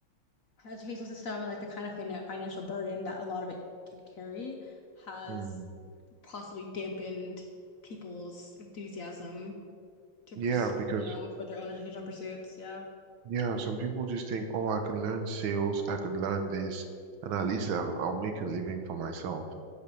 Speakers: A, on the left; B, on the right.
A: educational system and like the kind of fin financial burden that a lot of it can carry has
B: mm.
A: Possibly dampened people's enthusiasm to,
B: Yeah,
A: pers
B: because
A: you know, for their own educational pursuits. Yeah.
B: Yeah, some people just think, oh, I can learn sales, I can learn this, and at least I'll, I'll make a living for myself.